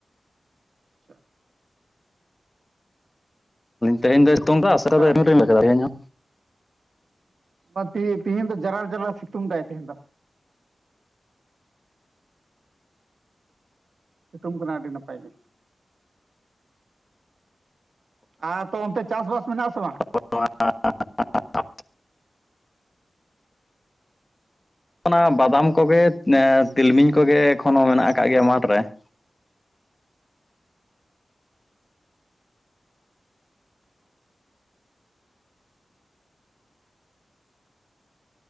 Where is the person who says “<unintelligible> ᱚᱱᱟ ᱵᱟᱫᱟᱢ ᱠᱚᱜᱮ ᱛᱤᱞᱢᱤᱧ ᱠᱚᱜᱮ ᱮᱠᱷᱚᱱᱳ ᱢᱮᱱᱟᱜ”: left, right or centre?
Left